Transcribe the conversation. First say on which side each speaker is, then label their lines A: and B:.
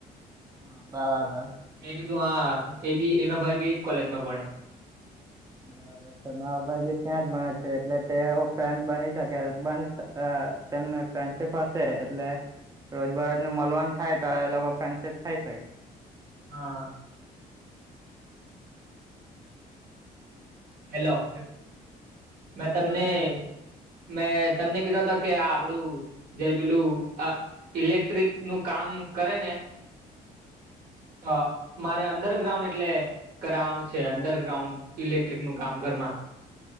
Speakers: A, on the right (about 20°); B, on the right (about 70°).
A: હા બરાબર.
B: મેં કીધું હા એ બી એનો ભાઈ બી એજ કોલેજમાં ભડે.
A: બરાબર. મારો ભાઈ બી ત્યાં જ ભણે છે એટલે તે એવો ફેન બની શકે બની શ અ તેમને ફ્રેન્ડશીપ હશે એટલે રોજબરોજ નુ મલવાનુ થાય તો એ લોકો ફ્રેન્ડશિપ થઈ શકે.
B: હા. હેલો
A: બીજું બીજું
B: મે તમને
A: તો શું કહીશ
B: મેં તમને કીધો હતો કે આ આપડું જે પેલું. ઇલેક્ટ્રિક નું કામ કરે ને. હા મારે. અંડરગ્રાઉન્ડ એટલે કરવાનું છે અંડરગ્રાઉન્ડ ઇલેક્ટ્રિક નું કામ ઘરમાં.